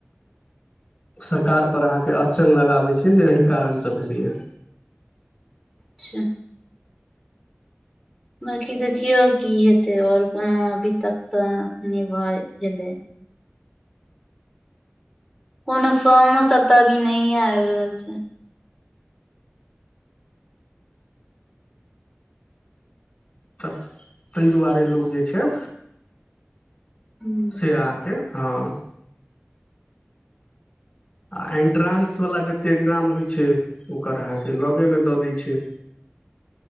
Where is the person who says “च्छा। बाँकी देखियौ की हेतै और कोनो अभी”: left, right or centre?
Centre